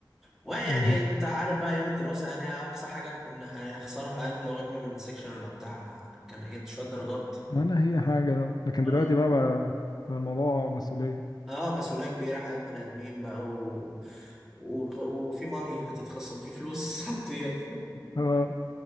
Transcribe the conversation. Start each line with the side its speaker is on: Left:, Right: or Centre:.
Centre: ويعني
Left: مهم.
Centre: انت عارف بقى ايام الدراسة يعني اقصى حاجة كنا هنخسرها يعني لو غبنا من السكشن ولا بتاع كان ايه شوية درجات
Left: انا هي حاجه ده لكن
Centre: اه
Left: دلوقتي بقى بقى, بقى الموضوع مسؤوليه
Centre: اه مسؤولية كبيرة حياة بني ادمين بقى و... وغ... وفي ماني هتتخصم في فلوس هتطير <laughs>
Left: اه